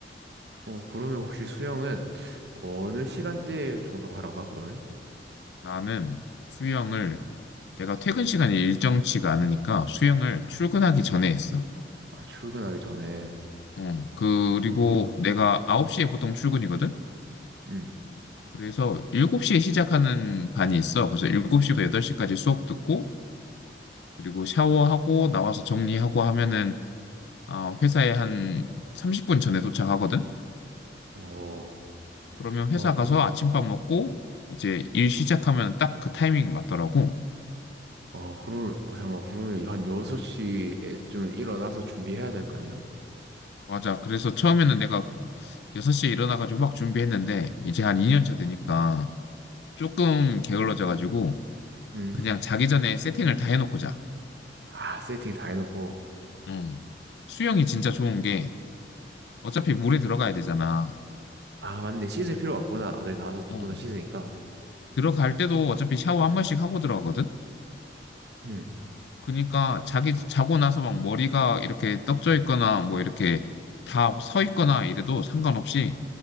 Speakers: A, on the right; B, on the left.
A: 어, 그러면 혹시 수영은 어느 시간대에 종종 하러 가, 그러면?
B: 나는 수영을 내가 퇴근 시간이 일정치가 않으니까 수영을 출근하기 전에 했어.
A: 아, 출근하기 전에.
B: 응. 그리고
A: 어,
B: 내가 9시에 보통 출근이거든?
A: 음.
B: 그래서 7시에 시작하는 반이 있어. 그래서 7시부터 8시까지 수업 듣고 그리고 샤워하고 나와서 정리하고 하면은 아, 회사에 한 30분 전에 도착하거든?
A: 어.
B: 그러면
A: 어,
B: 회사 가서
A: 그,
B: 아침밥 먹고 이제 일 시작하면 딱 그 타이밍이 맞더라고.
A: 어, 그럼, 어, 잠깐만, 그러면 한 6시에 좀 일어나서 준비해야 되는 거 아니야?
B: 맞아. 그래서 처음에는 내가 6시에 일어나가지고 막 준비했는데 이제 한 2년 차 되니까 조금 게을러져가지고
A: 음.
B: 그냥 자기 전에 세팅을 다 해놓고 자.
A: 아, 세팅 다 해놓고.
B: 음. 수영이 진짜 좋은 게 어차피 물에 들어가야 되잖아.
A: 아, 맞네. 씻을 필요가 없구나. 어제 나와서 한
B: 음.
A: 번 더 씻으니까.
B: 들어갈 때도 어차피 샤워 한 번씩 하고 들어가거든?
A: 음.
B: 그러니까 자기 자고 나서 막 머리가 이렇게 떡져 있거나 뭐 이렇게 다 서 있거나 이래도 상관없이